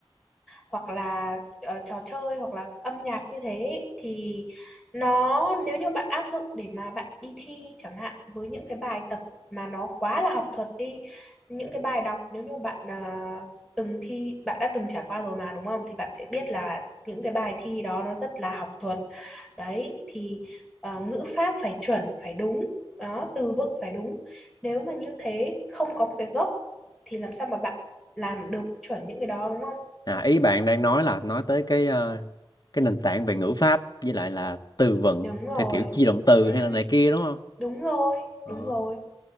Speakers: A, in the centre; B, on the left (about 45°).
A: hoặc là ờ, trò chơi hoặc là âm nhạc như thế ấy, thì nó nếu như bạn áp dụng để mà bạn đi thi chẳng hạn với những cái bài tập mà nó quá là học thuật đi những cái bài đọc nếu như bạn à, từng thi bạn đã từng trải qua rồi mà đúng không thì bạn sẽ biết là những cái bài thi đó nó rất là học thuật đấy thì ờ, ngữ pháp phải chuẩn phải đúng đó từ vựng phải đúng nếu mà như thế không có một cái gốc thì làm sao mà bạn làm được chuẩn những cái đó đúng không
B: À, ý bạn đang nói là nói tới cái ờ, cái nền tảng về ngữ pháp với lại là từ vựng
A: Đúng rồi.
B: theo kiểu chia động từ
A: Ừ,
B: hay là này kia đúng không?
A: đúng rồi,
B: Ờ,
A: đúng rồi